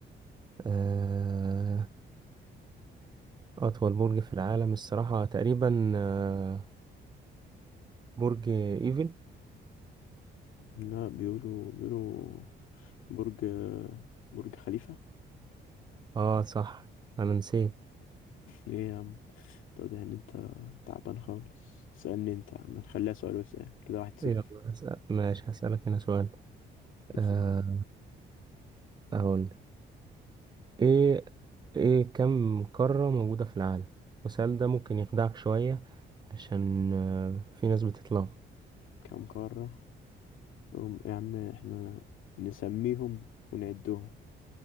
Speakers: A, on the right; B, on the left.
A: آه أطول برج في العالم الصراحة تقريبا آه برج إيفل
B: لا بيقولوا بيقولوا برج برج خليفة
A: اه صح أنا نسيت
B: ايه يا عم تقضي ان انت تعبان خالص سألني انت يا عم نخليها سؤال وسؤال كده واحد صفر
A: يلا اسأل ماشي هسألك هنا سؤال
B: يسأل
A: آه أقول ايه ايه كم قارة موجودة في العالم والسؤال ده ممكن يخدعك شوية عشان آه، في ناس بتتلخبط
B: كم قارة هم- يا عم احنا نسميهم ونعدهم